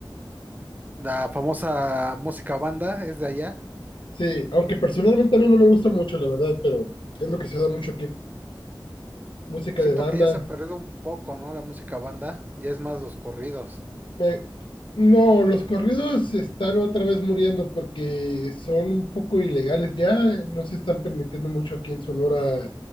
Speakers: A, on the right (about 20°); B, on the left (about 80°).
A: la famosa música banda es de allá.
B: Sí, aunque personalmente a mí no me gusta mucho, la verdad, pero es lo que se da mucho aquí. Música
A: Siento
B: de banda.
A: que ya se ha perdido un poco, ¿no? La música banda, ya es más los corridos.
B: Me- No, los corridos están otra vez muriendo porque son un poco ilegales ya, no se están permitiendo mucho aquí en Sonora